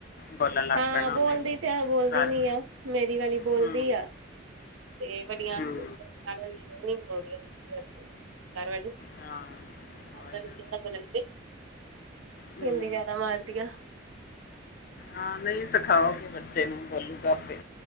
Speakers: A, on the left; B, on the right.
A: ਬੋਲਣ ਲੱਗ
B: ਹਾਂ
A: ਪੈਣਾ
B: ਬੋਲਦੀ
A: ਉਹਨੇ ਵੀ
B: ਤੇ ਹੈ ਬੋਲਦੀ
A: ਸਾਰ
B: ਨੀ ਆ, ਮੇਰੀ ਵਾਲੀ ਬੋਲਦੀ
A: ਹੂੰ
B: ਆ। ਤੇ ਵੱਡੀਆਂ
A: ਹੂੰ
B: ਵਾਲੀਆਂ, ਵਿਚਕਾਰ ਵਾਲੀਆਂ ਦੋਨੋ ਨੀ ਬੋਲਦੀਆਂ, ਨਿੱਕੀਆਂ ਜੇਈਆ। ਵਿਚਕਾਰ ਵਾਲੀ
A: ਹਾਂ
B: ਪਤਾ
A: ਆਈ ਨਾ
B: ਨੀ ਕਿਦਾ ਬਦਲ ਗਏ
A: ਹੂੰ
B: ਹੁੰਦੀਆ ਤੇ ਮਾਰਦੀਆਂ।
A: ਹਾਂ ਨਹੀਂ ਸਿਖਾਓਗੇ ਬੱਚੇ ਨੂੰ ਬੋਲੂਗਾ ਆਪੇ,